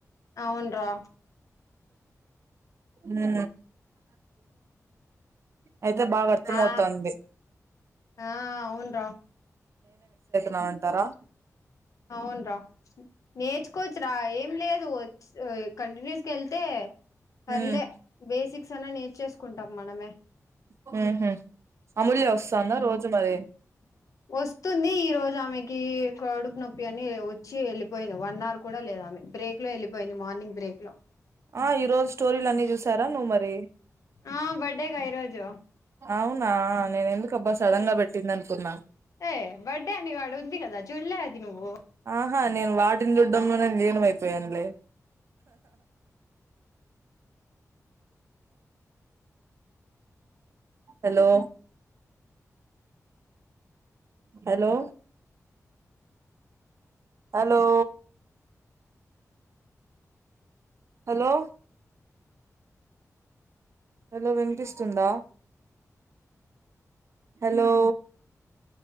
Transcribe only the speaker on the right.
ఉం అయితే బాగా అర్థంమవుతుంది
నా అంటారా
హ్మ్
హు హమ్ అమూల్య వస్తుందా? రోజు మరి
ఆ ఈరోజు స్టోరీలు అన్ని చూసారా నువ్వు మరి
అవునా నేను ఎందుకుబ్బా సడన్ గా పెట్టింది అనుకున్నా
ఆహా నేను వాటిని చుడ్డంలో నేను లీనమ అయిపోయానులే hello hello hello hello hello వినిపిస్తుందా హలో